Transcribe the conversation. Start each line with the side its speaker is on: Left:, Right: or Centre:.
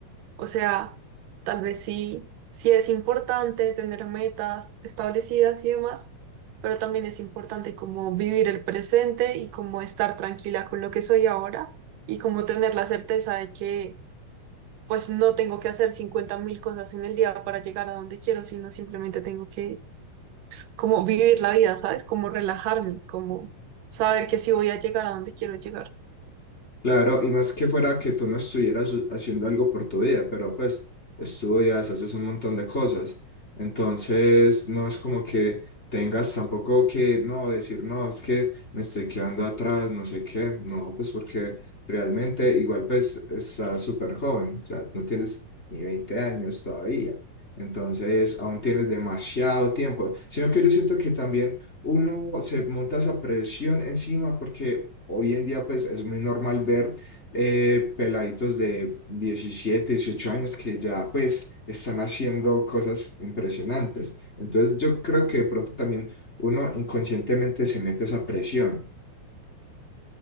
Right: O sea, tal vez sí, sí es importante tener metas establecidas y demás, pero también es importante como vivir el presente y como estar tranquila con lo que soy ahora y como tener la certeza de que pues no tengo que hacer cincuenta mil cosas en el día para llegar a donde quiero, sino simplemente tengo que como vivir la vida, ¿sabes? Como relajarme, como saber que sí voy a llegar a donde quiero llegar.
Left: Claro, y más que fuera que tú no estuvieras haciendo algo por tu vida, pero pues estudias, haces un montón de cosas. Entonces, no es como que tengas tampoco que no decir, no, es que me estoy quedando atrás, no sé qué. No, pues porque realmente igual pues estás súper joven, o sea, no tienes ni 20 años todavía. Entonces, aún tienes demasiado tiempo. Sino que yo siento que también uno se monta esa presión encima porque hoy en día pues es muy normal ver eh, peladitos de 17 18 años que ya pues están haciendo cosas impresionantes. Entonces yo creo que de pronto también uno inconscientemente se mete esa presión.